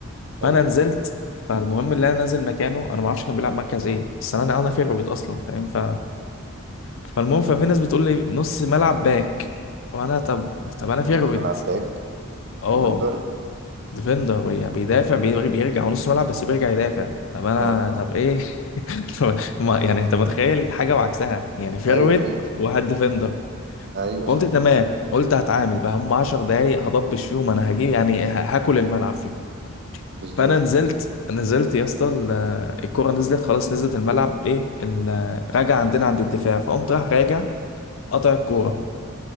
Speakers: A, on the left; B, on the right.
A: فانا
B: ايوه
A: نزلت فالمهم اللي انا نازل مكانه انا ما اعرفش كان بيلعب مركز ايه بس انا انا في الرابيض اصلا فاهم ف... فالمهم ففي ناس بتقول لي نص ملعب باك وانا طب طب انا
B: نص
A: في الرابيض
B: ملعب باك
A: اه
B: ديفندر
A: ديفندر بي- بيدافع بي- بيرجع ونص ملعب بس بيرجع يدافع طب انا
B: اه
A: طب ايه <laughs> طب ما يعني انت متخيل حاجه وعكسها يعني فيرويد
B: ايوه ايوه صح
A: وواحد ديفندر
B: ايوه
A: فقلت
B: صح
A: تمام قلت هتعامل بقى هم 10 دقايق هضبش فيهم انا هجيب يعني ه- هاكل الملعب فيهم
B: بالظبط
A: فانا نزلت نزلت يا اسطى ال- الكرة نزلت خلاص نزلت الملعب ايه ال- راجع عندنا عند الدفاع فقمت راح راجع قطع الكورة